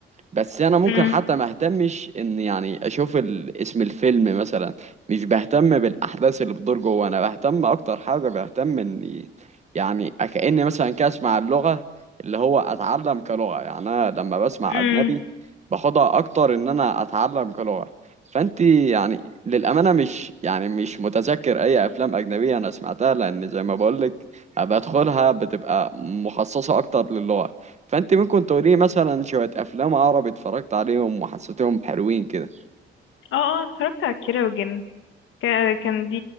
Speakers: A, on the right (about 35°); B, on the left (about 85°).
A: بس انا ممكن
B: امم
A: حتى ما اهتمش ان يعني اشوف ال- اسم الفيلم مثلا مش بهتم بالاحداث اللي بتدور جوه انا بهتم اكتر حاجه بهتم اني يعني كاني مثلا كده اسمع اللغه اللي هو اتعلم كلغه يعني انا لما بسمع
B: امم
A: اجنبي باخدها اكتر ان انا اتعلم كلغه فانت يعني للامانه مش يعني مش متذكر اي افلام اجنبيه انا سمعتها لان زي ما بقولك بدخلها بتبقى مخصصه اكتر للغه فانت ممكن تقولي مثلا شويه افلام عربي اتفرجت عليهم وحسيتهم حلوين كده
B: اه اه اتفرجت على كيرة والجن كا- كان دي